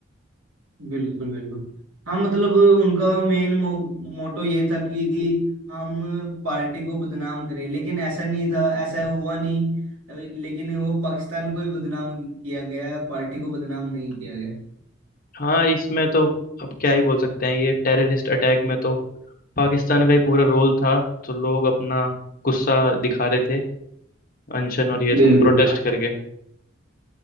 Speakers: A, on the right (about 90°); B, on the left (about 45°).
A: बिल्कुल बिल्कुल हाँ मतलब उनका मेन मोटो ये था कि हम पार्टी को बदनाम करें लेकिन ऐसा नहीं था ऐसा हुआ नहीं अभी- लेकिन वो पाकिस्तान को ही बदनाम किया गया पार्टी को बदनाम नहीं किया गया
B: हाँ इसमें तो अब क्या ही बोल सकते हैं ये टेररिस्ट अटैक में तो पाकिस्तान का ही पूरा रोल था तो लोग अपना गुस्सा दिखा रहे थे अनशन और ये
A: बिल्कुल
B: सब प्रोटेस्ट करके